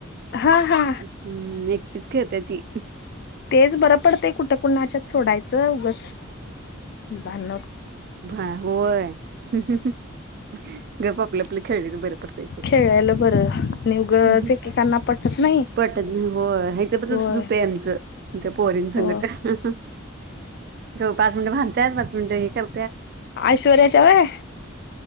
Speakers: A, on the left; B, on the right.
A: हा हा
B: हम्म एकटीच खेळत्या ती.
A: तेच बरं पडते कुठं कुणाच्यात सोडायचं उगच, भान
B: हा होय, गप आपलं आपलं खेळलेलं बरं पडतंय ते,
A: खेळायला बरं आणि उगच
B: हम्म
A: एकेकांना पटत नाही
B: पटत ना व ह्याचं तर
A: होय
B: तसचं होतंय आमचं. ते पोरीन संगट,
A: हो
B: अहं अहं तो पाच मिनिटं भांडताय, पाच मिनिटं हे कर
A: ऐश्वर्याच्या वहय.